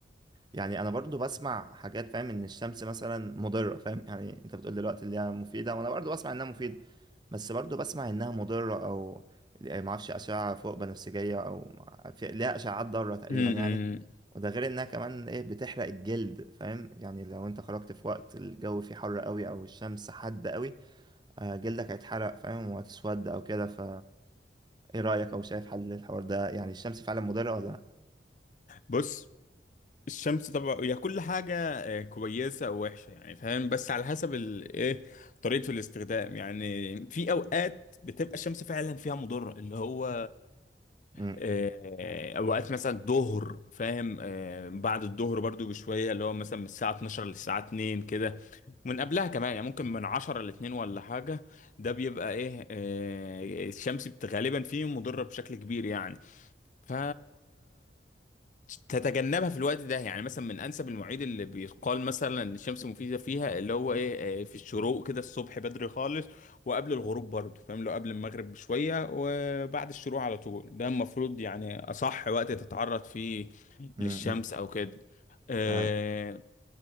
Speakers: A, on the right (about 25°); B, on the left (about 45°).
A: يعني انا برضو بسمع حاجات فاهم ان الشمس مثلا مضره فاهم يعني انت بتقول دلوقتي اللي هي مفيده وانا برضو بسمع انها مفيده بس برضو بسمع انها مضره او يعني ما اعرفش اشعه فوق بنفسجيه او ما- في ليها اشعاعات ضاره تقريبا
B: امم
A: يعني وده غير انها كمان ايه بتحرق الجلد فاهم يعني لو انت خرجت في وقت الجو فيه حر قوي او الشمس حادة قوي آه، جلدك هيتحرق فاهم وهتسود او كده ف ايه رايك او شايف حل الحوار ده يعني الشمس فعلا مضره ولا لا
B: بص الشمس طبعا هي كل حاجة آه، كويسة أو وحشة يعني فاهم بس على حسب ال- إيه طريقة الاستخدام يعني في أوقات بتبقى الشمس فعلا فيها مضرة اللي هو
A: م-
B: آه، اوقات مثلا الظهر فاهم آه، بعد الظهر برضو بشويه اللي هو مثلا من الساعه 12 للساعه 2 كده من قبلها كمان يعني ممكن من 10 ل 2 ولا حاجه ده بيبقى ايه آه، الشمس بت- غالبا فيه مضره بشكل كبير يعني ف تتجنبها في الوقت ده يعني مثلا من انسب المواعيد اللي بيقال مثلا ان الشمس مفيده فيها اللي هو ايه آه، في الشروق كده الصبح بدري خالص وقبل الغروب برضه فاهم لو قبل المغرب بشويه وبعد الشروق على طول ده المفروض يعني اصح وقت تتعرض فيه
A: م-
B: للشمس
A: م.
B: او كده آه،
A: أيوة.